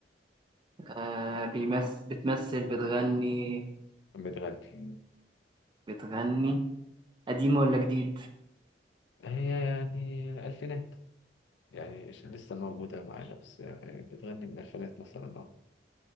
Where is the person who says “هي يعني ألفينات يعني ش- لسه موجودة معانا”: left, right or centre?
Left